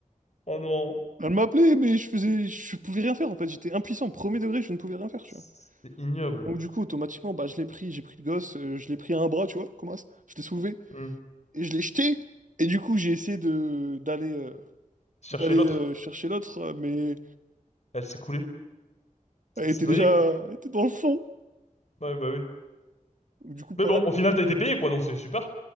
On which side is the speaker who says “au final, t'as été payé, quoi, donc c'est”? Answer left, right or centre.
Left